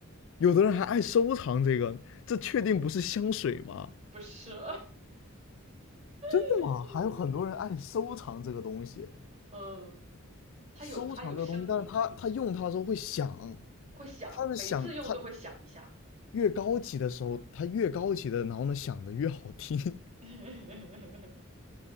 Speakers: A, on the left (about 60°); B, on the right (about 30°).
A: 有的人还爱收藏这个，这确定不是香水吗？
B: 不是，
A: 真的吗？
B: <laughs>
A: 还有很多人爱收藏这个东西，
B: 嗯，它有它有声音，
A: 收藏这个东西，但是他他用它的时候会响，
B: 会响，
A: 它的响，
B: 每次用都会响一下，
A: 它越高级的时候，它越高级的，然后呢响的越好听。
B: <laughs>